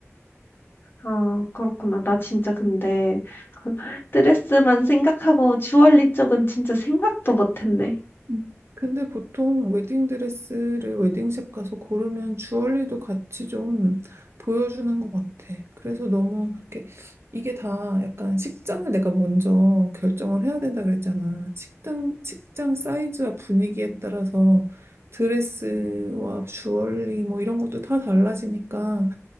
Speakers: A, on the left; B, on the right.
A: 아, 그렇구나. 나 진짜 근데 드레스만 생각하고 주얼리 쪽은 진짜 생각도 못했네.
B: 음. 근데 보통 웨딩 드레스를 웨딩샵 가서 고르면 주얼리도 같이 좀 보여주는 것 같아. 그래서 너무 이렇게 이게 다 약간 식장을 내가 먼저 결정을 해야 된다 그랬잖아. 식당, 식장 사이즈와 분위기에 따라서 드레스와 주얼리 뭐 이런 것도 다 달라지니까